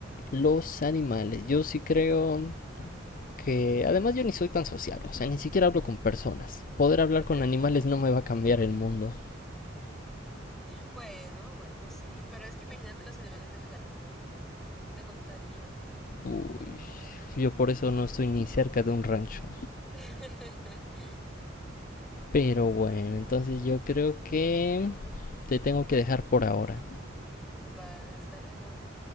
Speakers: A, on the left (about 45°); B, in the centre.
A: Los animales. Yo sí creo que... Además yo ni soy tan sociable, o sea, ni siquiera hablo con personas. Poder
B: <laughs>
A: hablar con animales no me va a cambiar el mundo.
B: Bueno, bueno, sí, pero es que imagínate los animales del ganado, ¿qué te contarían?
A: Uy, yo por eso no estoy ni cerca de un rancho.
B: <laughs>
A: Pero bueno, entonces yo creo que te tengo que dejar por ahora.
B: Va, hasta luego.